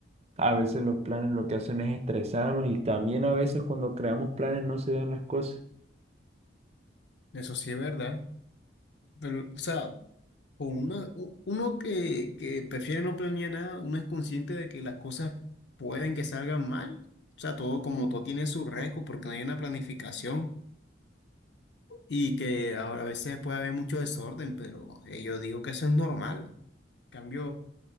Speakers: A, on the right; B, on the left.
A: A veces los planes lo que hacen es estresarnos y también a veces cuando creamos planes no se dan las cosas
B: Eso sí es verdad. Pero, o sea, O una- u- uno que, que prefiere no planear nada, uno es consciente de que las cosas pueden que salgan mal. O sea, todo como todo tiene su riesgo porque no hay una planificación y que a a veces puede haber mucho desorden, pero eh, yo digo que eso es normal. cambio,